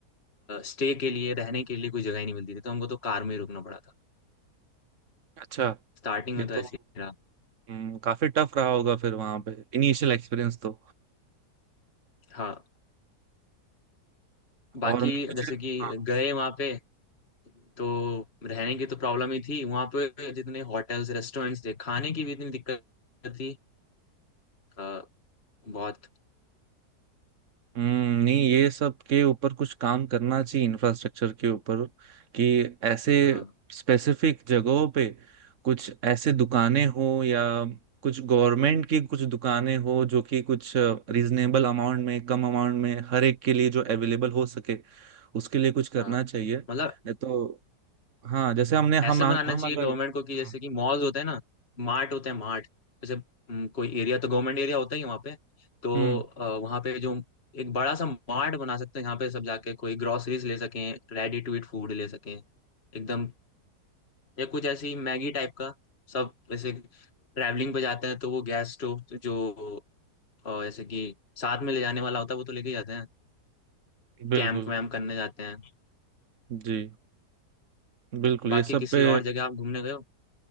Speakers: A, on the left; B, on the right.
A: स्टे के लिए रहने के लिए कोई जगह ही नहीं मिलती थी तो हमको तो कार में ही रुकना पड़ा था
B: अच्छा
A: स्टार्टिंग
B: ये
A: में तो
B: तो
A: ऐसे ही रहा
B: हम्म, काफी टफ रहा होगा फिर वहां पे इनिशियल एक्सपीरियंस तो
A: हाँ, बाकी
B: और मुझे
A: जैसे कि
B: हाँ
A: गए वहां पे तो रहने की तो प्रॉब्लम ही थी वहां पे जितने होटल्स रेस्टोरेंट्स थे खाने की भी इतनी दिक्कत थी अ, बहुत
B: हम्म नहीं ये सब के ऊपर कुछ काम करना चाहिए इंफ्रास्ट्रक्चर के ऊपर कि ऐसे
A: हाँ
B: स्पेसिफिक जगहों पे कुछ ऐसे दुकानें हो या कुछ गवर्नमेंट की कुछ दुकानें हो जो कि कुछ रीजनेबल अमाउंट में कम अमाउंट में हर एक के लिए जो अवेलेबल हो सके उसके लिए कुछ करना
A: हाँ
B: चाहिए नहीं
A: मतलब
B: तो हाँ जैसे हमने
A: ऐसे
B: हम हम
A: बनाना चाहिए
B: अगर
A: गवर्नमेंट
B: हम्म
A: को कि जैसे कि मॉल्स होते हैं ना मार्ट होते हैं मार्ट जैसे हम्म, कोई एरिया तो गवर्नमेंट एरिया होता ही है वहाँ पे तो
B: हम्म,
A: आ, वहाँ पे जो एक बड़ा सा मार्ट बना सकते हैं यहाँ पे सब जाके कोई ग्रोसरीज ले सकें रेडी टू ईट फूड ले सकें एकदम या कुछ ऐसी मैगी टाइप का सब जैसे ट्रैवलिंग पे जाते हैं तो वो गैस स्टोव जो अ, जैसे कि साथ में ले जाने वाला होता है वो तो लेके जाते हैं
B: बिल्कुल
A: कैंप वैम्प करने जाते हैं
B: जी बिल्कुल
A: बाकी
B: ये सब
A: किसी
B: पे
A: और जगह आप घूमने गए हो